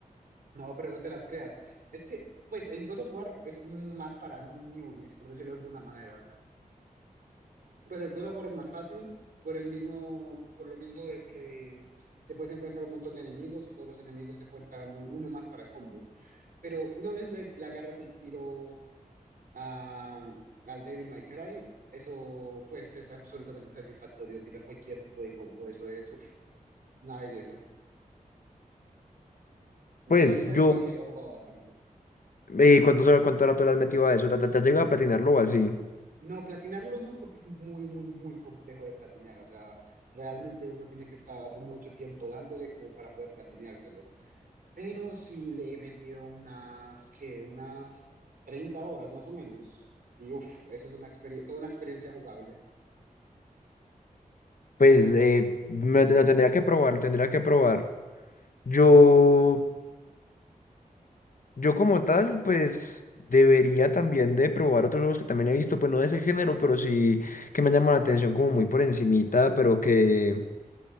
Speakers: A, on the right; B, on the left.
A: No, pero no te las creas. Es que, pues, en God of War es más para newbies, por decirlo de alguna manera. Pues el God of War es más fácil por el mismo, por lo mismo de que te puedes enfrentar a un montón de enemigos y todos los enemigos te cuentan un- uno más para el combo. Pero una vez le, le agarras el tiro a, al Devil May Cry, eso, pues, es absolutamente satisfactorio. Tirar cualquier tipo de combo, eso es, uff, una belleza. Te
B: Pues
A: lo dice
B: yo,
A: alguien que lo ha jugado bastante.
B: eh, ¿cuánto, sor- cuánto rato le has metido a eso? ¿Te, te- te has llegado a platinarlo o así?
A: No, platinarlo no, porque es muy, muy, muy complejo de platinear. O sea, realmente uno tiene que estar mucho tiempo dándole como para poder platineárselo. Pero sí le he metido unas, que Unas 30 horas más o menos. Y uff, eso es una experiencia, toda una experiencia jugable.
B: Pues eh, me- lo tendría que probar, lo tendría que probar. Yo Yo como tal, pues debería también de probar otros juegos que también he visto, pues no de ese género, pero sí que me llaman la atención como muy por encimita, pero que,